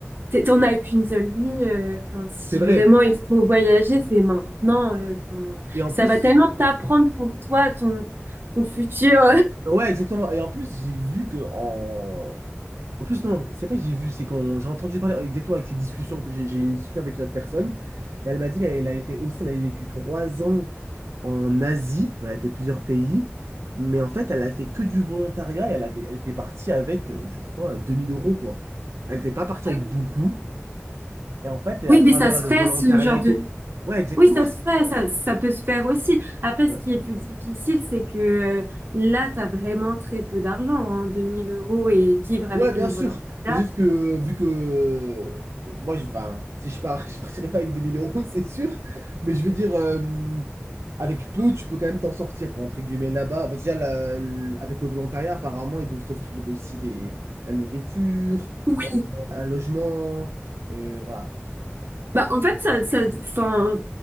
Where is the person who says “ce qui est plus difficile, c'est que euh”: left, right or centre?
Right